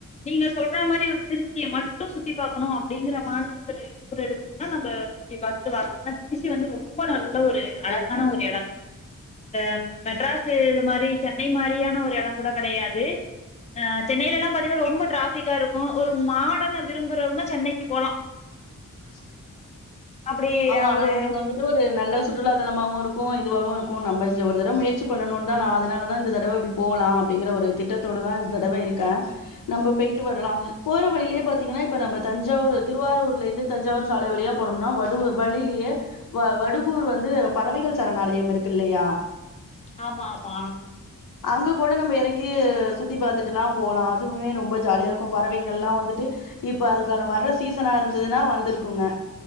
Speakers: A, on the left; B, on the left.
A: நீங்க சொல்ற மாதிரி ஒரு திருச்சி மட்டு சுத்தி பாக்கணு அப்டிங்கற மாரி ஒரு டூர் எடுத்தோம்னா நம்ம சுத்தி பாத்துட்டு வரலா ஆனா திருச்சி வந்து ரொம்ப நல்ல ஒரு அழகான ஒரு இடங்க இந்த மெட்ராஸ் இது மாரி சென்னை மாரியான ஒரு எடங் கூட கெடயாது ஆ சென்னைல எல்லா பாத்தீங்கன்னா ரொம்ப டிராபிக்கா இருக்கு ஒரு மாடன விரும்புறவூங்க சென்னைக்கு போலா
B: <inaudible>
A: அப்டி
B: ஆமா
A: ஒரு
B: நமக்கு இங்க வந்துட்டு ஒரு நல்ல சுற்றுலா தலமாவு இருக்கு இதுவாவு இருக்கு நம்ம இங்க ஒரு தடவ முயற்சி பண்ணணுனு தா நா அதனால தா இந்த தடவ இப்டி போகலா அப்டிங்கிற ஒரு திட்டத்தோட தா இந்த தடவ இருக்கே நம்ம போய்ட்டு வரலா போற வழியிலே பாத்தீங்கனா இப்ப நம்ம தஞ்சாவூரு திருவாரூர்ல இருந்து தஞ்சாவூர் சாலை வழியா போனோம்னா வடு வழியிலயே வடுகூர் வந்து பறவைகள் சரணாலயம் இருக்கு இல்லயா
A: ஆமா ஆமா
B: அங்க கூட நம்ம எறங்கி் சுத்தி பாத்துட்டுல்லா போலா அதுமே ரொம்ப ஜாலியா இருக்கு பறவைங்கள் எல்லா வந்துட்டு இப்ப அதுக்கான வர்ற சீசனா இருந்ததுன்னா வந்துருக்குங்க